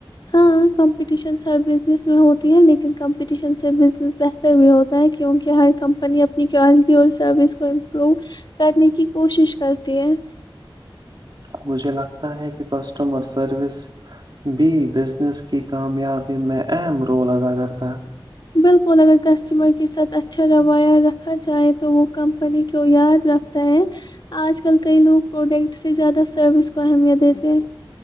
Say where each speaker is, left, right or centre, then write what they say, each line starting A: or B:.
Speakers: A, on the left; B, on the right.
A: ہاں کمپٹیشنس ہر بزنس میں ہوتی ہے لیکن کمپٹیشن سے بزنس بہتر بھی ہوتا ہے کیونکہ ہر کمپنی اپنی کوالٹی اور سروس کو امپروو کرنے کی کوشش کرتی ہے
B: مجھے لگتا ہے کہ کسٹمرس سروس بی بزنس کی کامیابی میں اہم رول ادا کرتا ہے
A: بالکل اگر کسٹمر کے ساتھ اچھا روایہ رکھا جائے تو وہ کمپنی کو یاد رکھتا ہے آج کل کئی لوگ پروڈکٹ سے زیادہ سروس کو اہمیت دیتے ہیں